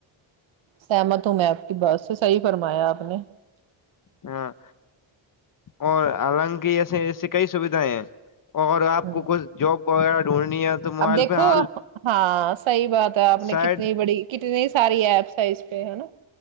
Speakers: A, on the right (about 75°); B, on the left (about 45°).
A: سہمت ہوں میں آپ کی بات سے صحیح فرمایا آپ نے
B: ہاں اور حالانکہ ایسے ایسی کئی سویدھایں ہیں اور آپ
A: ہ
B: کو کچھ جاب وغیرہ ڈھونڈنی ہے تو موبائل
A: اب دیکھو
B: پہ حال
A: ہاں صحیح بات ہے آپ نے
B: سائڈ
A: کتنی بڑی کتنی ساری ایپس ہیں اس پہ ہے نا